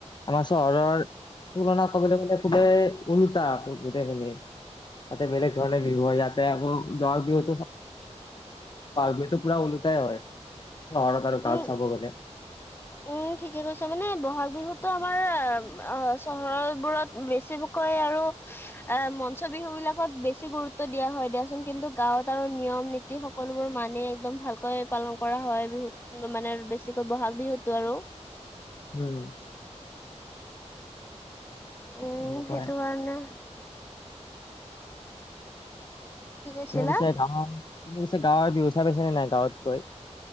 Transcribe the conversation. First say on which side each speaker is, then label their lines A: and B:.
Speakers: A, on the left; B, on the left.
A: আমাৰ চহৰৰ- তুলনা কৰিবলে গলে ওলোটা গোটেইখিনি- তাতে বেলেগ ধৰণে বিহু হয়, ইয়াতে আকৌ- গাওঁৰ বিহুটো বিহুটো পুৰা ওলোটাই হয়। চহৰত আৰু গাওঁত
B: উম,
A: চাব গলে।
B: উম ঠিকে কৈছা, মানে বহাগ বিহুত- তো আমাৰ চহৰ বোৰত বেছিকৈ আৰু- এ মঞ্চ বিহু বিলাকত বেছি গুৰুত্ব দিয়া হয় দিয়াচোন, কিন্তু গাঁৱত আৰু নিয়ম নি - সকলোবোৰ মানি একদম ভালকৈ পালন কৰা হয় বিহুত, মানে বেছিকে ব'হাগ বিহুত। টো আৰু।
A: উম,
B: উম,
A: সেনেকুৱাই
B: সেইটো কাৰণে। কি কৈছিলা
A: তুমি পিছে গাওঁ, তুমি পিছে গাঁৱৰ বিহু চাই পাইছনেে নাই গাঁৱত গৈ?